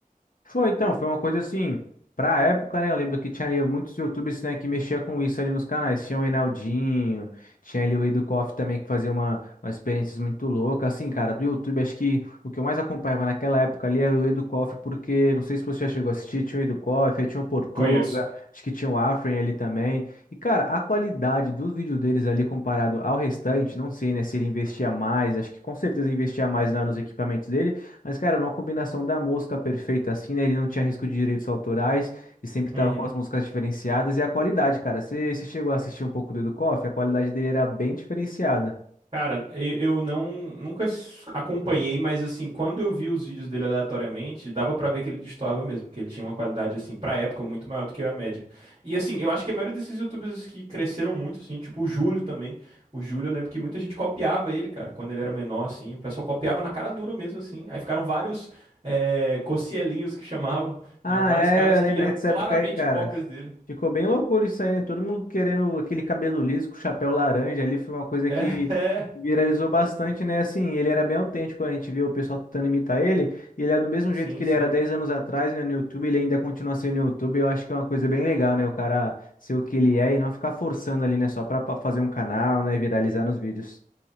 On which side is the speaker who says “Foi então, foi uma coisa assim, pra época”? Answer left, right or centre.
Left